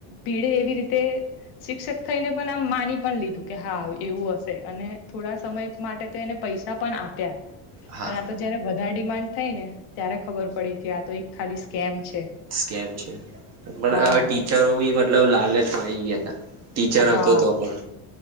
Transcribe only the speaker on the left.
ભિળે એવી રીતે શિક્ષક થઈને પણ આમ માની પણ લીધું કે હા એવું હશે અને થોડા સમય માટે તો એને પ પૈસા પણ આપ્યા.
પણ આ તો જયારે વધારે ડિમાન્ડ થાય ને ત્યારે ખબર પડી કે આ તો એક ખાલી સ્કેમ છે.
હા
હા